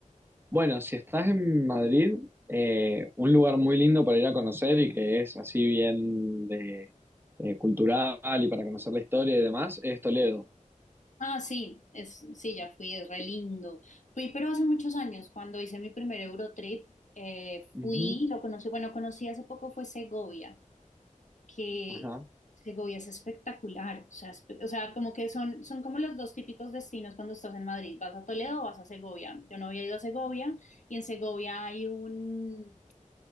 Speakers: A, on the right; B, on the left.
A: Bueno, si estás en Madrid, eh, un lugar muy lindo para ir a conocer y que es así bien de, eh, cultural y para conocer la historia y demás, es Toledo.
B: Ah, sí, es, sí, ya fui, es re lindo. Fui, pero hace muchos años, cuando hice mi primer Eurotrip, eh,
A: Ujú.
B: fui, lo conocí, bueno, conocí hace poco fue Segovia, que
A: Ajá.
B: Segovia es espectacular, o sea, espe- o sea, como que son, son como los dos típicos destinos cuando estás en Madrid, vas a Toledo o vas a Segovia. Yo no había ido a Segovia y en Segovia hay un,